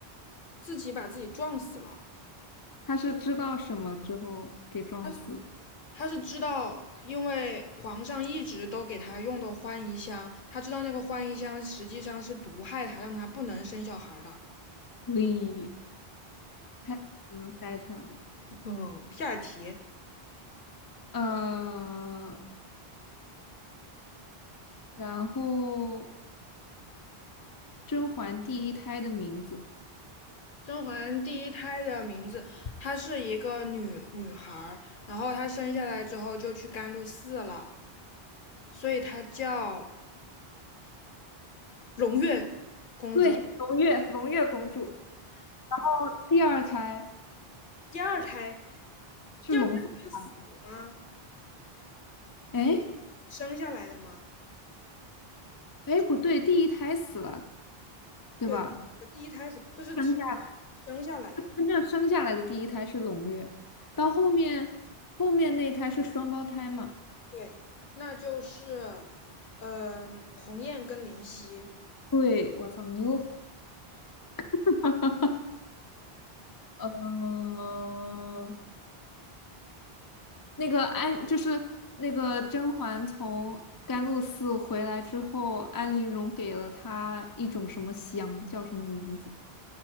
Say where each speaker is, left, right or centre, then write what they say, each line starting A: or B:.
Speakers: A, on the left; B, on the left.
A: 自己把自己撞死了。
B: 他是知道什么之后给撞死的，
A: 他是他是知道，因为皇上一直都给他用的欢宜香，他知道那个欢宜香实际上是毒害他，让他不能生小孩的。
B: 喂，太惨了，太惨了。
A: 哦，下题，
B: 呃，然后甄嬛第一胎的名字，
A: 甄嬛第一胎的名字，她是一个女女孩然后她生下来之后就去甘露寺了，所以她叫胧月公主。
B: 对，胧月，胧月公主，然后第二胎
A: 第二胎，
B: 是龙凤胎。
A: 第二胎不是死了吗？
B: 哎
A: 生下来的吗？
B: 哎，不对，第一胎死了，对吧？
A: 对，呃第一胎是就是只
B: 生下来，
A: 生下来的那
B: 真正生下来的第一胎是胧月，到后面后面那胎是双胞胎嘛？
A: 对，那就是，嗯、鸿雁跟灵犀
B: 对，我操，牛！<laughs> 嗯、那个安就是那个甄嬛从甘露寺回来之后，安陵容给了她一种什么香，叫什么名字？